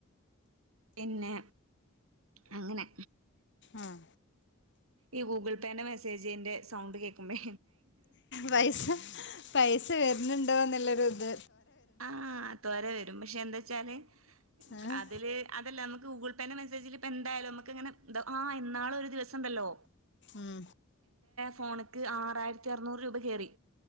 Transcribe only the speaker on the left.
ഉം
പൈസ പൈസ വരുന്നുണ്ടോ എന്നുള്ളൊരു ത്
ഏഹ്
മ്